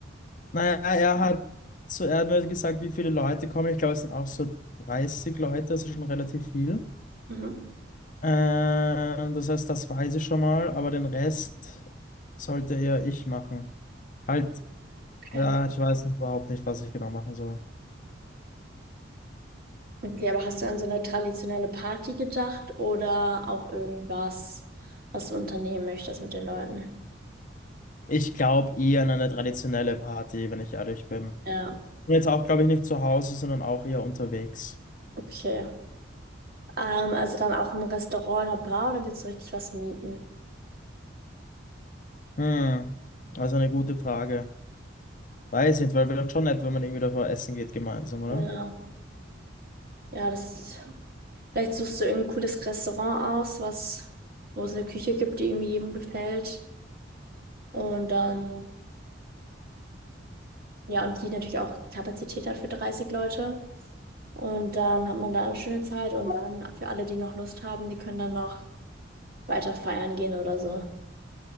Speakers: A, on the left; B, on the right.
A: Naja, er hat, zu, er hat mir gesagt, wie viele Leute kommen. Ich glaube, es sind auch so 30 Leute, also schon relativ viel.
B: Mhm.
A: Ähm, das heißt, das weiß ich schon mal, aber den Rest sollte eher ich machen. Halt,
B: Okay.
A: ja, ich weiß noch überhaupt nicht, was ich genau machen soll.
B: Okay, aber hast du an so eine traditionelle Party gedacht oder auch irgendwas, was du unternehmen möchtest mit den Leuten?
A: Ich glaube eher an eine traditionelle Party, wenn ich ehrlich bin.
B: Ja.
A: Und jetzt auch, glaube ich, nicht zu Hause, sondern auch eher unterwegs.
B: Okay. Ähm, also dann auch im Restaurant oder Bar oder willst du richtig was mieten?
A: Hm, also eine gute Frage. Weiß nicht, weil wäre doch schon nett, wenn man irgendwie davor essen geht gemeinsam, oder?
B: Ja. Ja, das vielleicht suchst du irgendein cooles Restaurant aus, was, wo es eine Küche gibt, die irgendwie jedem gefällt. Und dann, ja, und die natürlich auch Kapazität hat für 30 Leute. Und dann hat man da eine schöne Zeit und dann für alle, die noch Lust haben, die können dann noch weiter feiern gehen oder so.